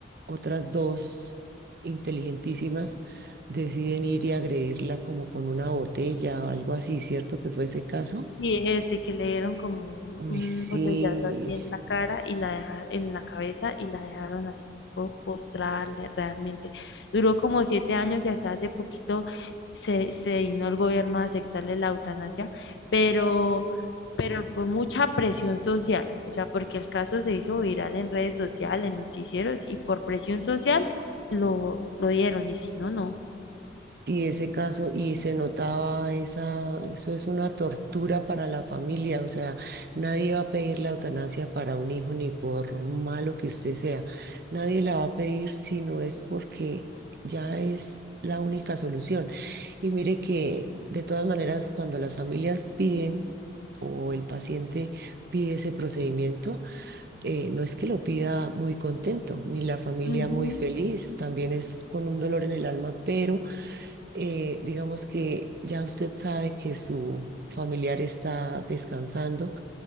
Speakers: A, on the right; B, on the left.
A: otras dos inteligentísimas deciden ir y agredirla como con una botella o algo así, ¿cierto que fue ese caso?
B: Sí, ese que le dieron como un,
A: Uy,
B: un
A: sí.
B: botellazo así en la cara y la dejaron en la cabeza y la dejaron ahí po- postrada le- realmente. Duró como siete años y hasta hace poquito se, se dignó el gobierno a aceptarle la eutanasia, pero, pero por mucha presión social, o sea, porque el caso se hizo viral en redes sociales, en noticieros y por presión social lo, lo dieron y si no, no.
A: Y ese caso, y se notaba esa, eso es una tortura para la familia, o sea, nadie va a pedir la eutanasia para un hijo, ni por malo que usted sea, nadie la va a pedir si no es porque ya es la única solución. Y mire que de todas maneras, cuando las familias piden o el paciente pide ese procedimiento, eh, no es que lo pida muy contento, ni la familia
B: Ujú.
A: muy feliz, también es con un dolor en el alma, pero eh, digamos que ya usted sabe que su familiar está descansando